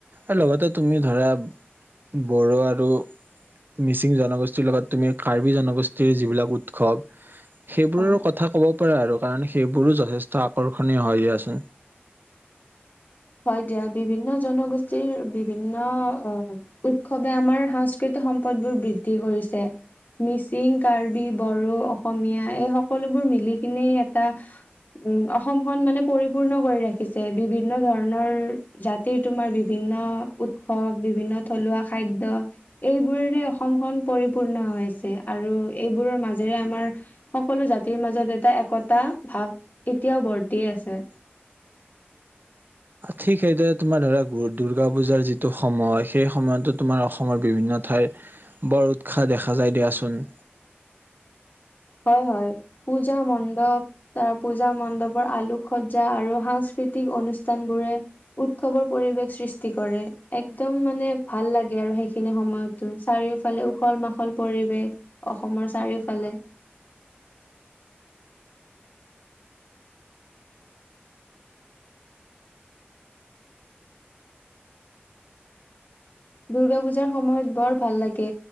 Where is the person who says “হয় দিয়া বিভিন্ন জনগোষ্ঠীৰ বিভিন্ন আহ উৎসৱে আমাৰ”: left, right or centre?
Left